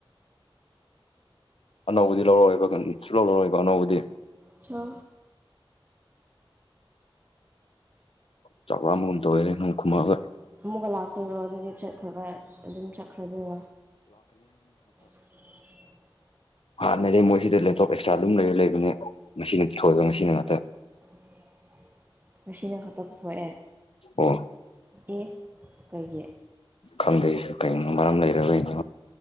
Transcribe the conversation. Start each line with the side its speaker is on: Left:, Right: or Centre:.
Left: ꯑꯅꯧꯕꯗꯤ ꯂꯧꯔꯣꯏꯕ ꯁ ꯂꯧꯔꯣꯏꯕ ꯑꯅꯧꯕꯗꯤ
Right: ꯆ
Left: ꯆ ꯃꯗꯋꯦꯅ ꯈꯨꯃꯒ
Right: ꯑꯃꯨꯛꯒ ꯂꯥꯛꯇꯣꯏꯔꯣ ꯑꯗꯨꯗꯤ ꯆꯠꯈ꯭ꯔꯒ ꯑꯗꯨꯝ ꯆꯠꯈ꯭ꯔꯗꯣꯏꯔꯣ ꯑ
Left: ꯍꯥꯟꯅꯗꯤꯩ ꯃꯣꯏꯁꯤꯗ ꯂꯦꯞꯇꯣꯞ ꯑꯦꯛꯁꯇ꯭ꯔꯥ ꯑꯗꯨꯝ ꯂꯩꯔ ꯂꯩꯕꯅꯦ ꯉꯁꯤꯅ ꯊꯣꯛꯣꯏꯑꯒ ꯉꯁꯤꯅ ꯉꯥꯛꯇ
Right: <unintelligible> ꯉꯁꯤꯅ ꯈꯛꯇ ꯄꯨꯊꯣꯛꯑꯦ
Left: ꯑꯣ
Right: ꯑꯦ ꯀꯩꯒꯤ
Left: ꯈꯪꯗꯦ ꯀꯩꯅꯣ ꯃꯔꯝ ꯂꯩꯔꯒꯩꯅꯣ